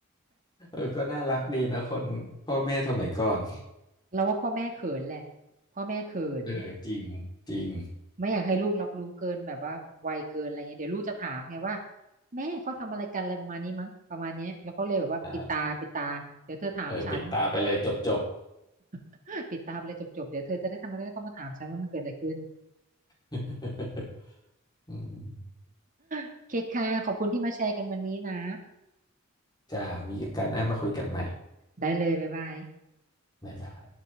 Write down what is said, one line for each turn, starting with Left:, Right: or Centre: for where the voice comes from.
Left: เออก็น่ารักดีนะคนพ่อแม่สมัยก่อน
Right: เราว่าพ่อแม่เขินแหละพ่อแม่เขิน
Left: เออจริงจริง
Right: ไม่อยากให้ลูกรับรู้เกินแบบว่าไวเกินอะไรเงี้ยเดี๋ยวลูกจะถามไงว่าแม่เขาทำอะไรกันอะไรประมาณนี้มั้งประมาณเนี้ยแล้วก็เลยแบบว่าปิดตาปิดตาเดี๋ยวเธอถามฉัน
Left: อ่าเออปิดตาไปเลยจบจบ
Right: <laughs> ปิดตาไปเลยจบๆเดี๋ยวเธอจะได้ทำไมจะได้ต้องมาถามฉันว่ามันเกิดอะไรขึ้น
Left: <laughs> อืม
Right: โอเคค่ะขอบคุณที่มาแชร์กันวันนี้นะ
Left: จะมีโอกาสหน้ามาคุยกันใหม่
Right: ได้เลยบ๊ายบาย
Left: บ๊ายบาย